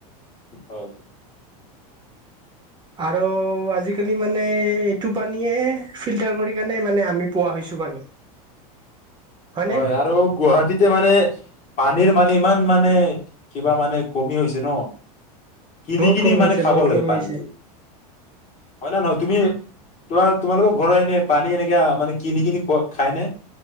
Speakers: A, on the left; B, on the right.
A: হয়।
B: আৰু আজিকালি মানে এইটো পানীয়ে ফিল্টাৰ কৰি কাৰণে মানে আমি পোৱা হৈছো পানী। হয়নে
A: হয় আৰু গুৱাহাটীতে মানে পানীৰ মানে ইমান মানে কিবা মানে কমি হৈছে ন। কিনি-
B: বহুত
A: কিনি
B: কমি
A: মানে
B: হৈছে
A: খাব
B: বহুত
A: লাগে
B: কমি
A: পানীটো,
B: হৈছে
A: হয় নে নহয় তুমি তোমাৰ তোমালোকৰ ঘৰ এনে পানী এনেকা মানে কিনি- কিনি খোৱা খাইনে?